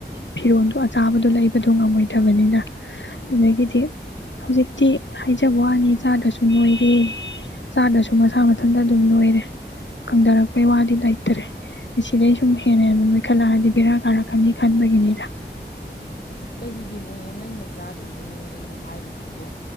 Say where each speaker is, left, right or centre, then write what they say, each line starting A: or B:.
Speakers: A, on the left; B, on the left.
A: ꯐꯤꯔꯣꯜꯗꯣ ꯑꯆꯥꯕꯗꯣ ꯂꯩꯕꯗꯣ ꯉꯝꯃꯣꯏꯗꯕꯅꯤꯅ ꯑꯗꯒꯤꯗꯤ ꯍꯧꯖꯤꯛꯇꯤ ꯍꯥꯏꯩꯖꯕ ꯋꯥꯅꯤ ꯆꯥꯗ꯭ꯔꯁꯨ ꯅꯣꯏꯔꯦ ꯆꯥꯗꯁꯨ ꯃꯁꯥ ꯃꯊꯟꯇ ꯑꯗꯨꯝ ꯅꯣꯏꯔꯦ ꯀꯪꯊꯔꯛꯄꯩ ꯋꯥꯗꯤ ꯂꯩꯇ꯭ꯔꯦ ꯁꯤꯗꯩ ꯁꯨꯝ ꯍꯦꯟꯅ ꯑꯗꯨ ꯅꯣꯏꯈꯠꯂꯛꯑꯗꯤ ꯕꯦꯔꯥ ꯀꯥꯔꯛꯀꯅꯤ ꯈꯟꯕꯒꯤꯅꯤ
B: ꯑꯦ ꯀꯔꯤꯒꯤꯅꯣꯅꯦ ꯅꯪꯅ ꯆꯥꯗ꯭ꯔꯁꯤ ꯅꯣꯏꯌꯦꯅ ꯍꯥꯏꯔꯤꯁꯤꯕꯣ